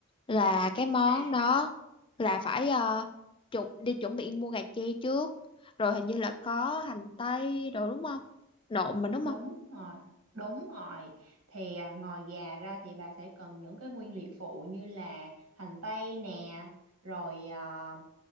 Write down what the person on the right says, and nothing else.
à
Đúng
rồi, đúng rồi. Thì à, ngoài gà ra thì bà sẽ cần những cái nguyên liệu phụ như là hành tây nè, rồi à,